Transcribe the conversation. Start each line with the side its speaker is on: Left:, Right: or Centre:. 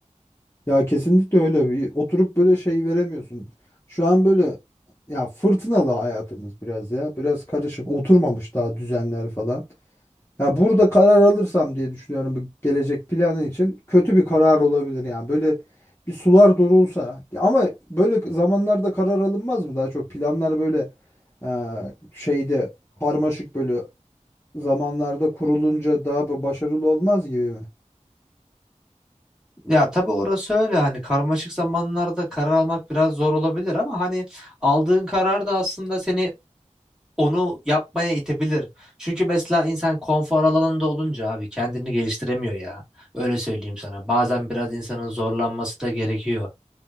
Left: Ya kesinlikle öyle bir oturup böyle şey veremiyorsun. Şu an böyle ya fırtınalı hayatımız biraz ya. Biraz karışık oturmamış daha düzenler falan. Ya burada karar alırsam diye düşünüyorum bu gelecek planın için kötü bir karar olabilir yani. Böyle bir sular durulsa Ya ama böyle zamanlarda karar alınmaz mı? Daha çok planlar böyle e, şeyde karmaşık böyle zamanlarda kurulunca daha ba- başarılı olmaz gibi mi?
Centre: Ya tabii orası öyle hani karmaşık zamanlarda karar almak biraz zor olabilir ama hani aldığın karar da aslında seni onu yapmaya itebilir. Çünkü mesela insan konfor alanında olunca abi kendini geliştiremiyor ya. Öyle söyleyeyim sana. Bazen biraz insanın zorlanması da gerekiyor.